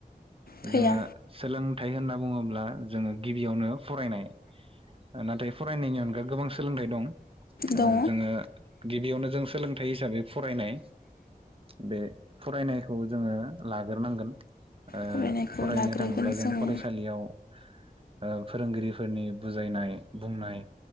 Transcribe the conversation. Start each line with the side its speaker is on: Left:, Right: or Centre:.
Left: फैया
Right: जोङो सोलों थाय होनना बुङोब्ला जोङो गिबियावनो फरायनाय नाथाय फरायनायनि अनगा गोबां सोलोंथाइ दं।
Left: दङ।
Right: जोङो ओ गिबियावनो जों सोलोंथाइ हिसाबै फरायनाय बे फरायनायखौ जोङो लाग्रोनांगोन। ओ
Left: फरायनायखौ
Right: फरायनो
Left: लाग्रोगोन
Right: थाङोब्ला जों
Left: जोङो
Right: फरायसालियाव ओ फोरोंगिरिफोरनि बुजायनाय बुंनाय